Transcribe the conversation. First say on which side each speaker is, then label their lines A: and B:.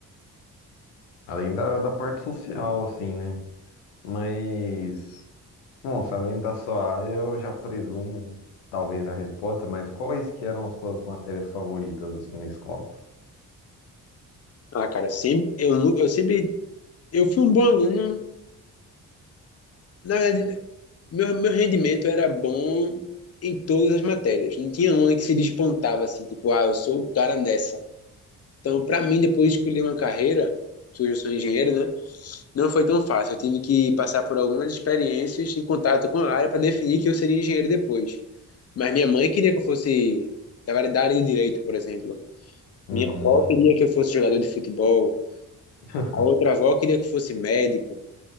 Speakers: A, on the left; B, on the left.
A: Além da, da parte social, assim, né? Mas, bom, sabendo da sua área, eu já presumo talvez a resposta, mas quais que eram as suas matérias favoritas, assim, na escola?
B: Ah, cara, sempre, eu, nu- eu sempre, eu fui um bom aluno, na verdade, Meu, meu rendimento era bom em todas as matérias. Não tinha uma que se despontava assim, tipo, ah, eu sou o cara nessa. Então, para mim, depois de escolher uma carreira, que hoje eu sou engenheiro, né? Não foi tão fácil. Eu tive que passar por algumas experiências em contato com a área para definir que eu seria engenheiro depois. Mas minha mãe queria que eu fosse da área da área de direito, por exemplo.
A: Hum,
B: Minha avó queria que eu fosse jogador de futebol.
A: <laughs>
B: A outra avó queria que eu fosse médico.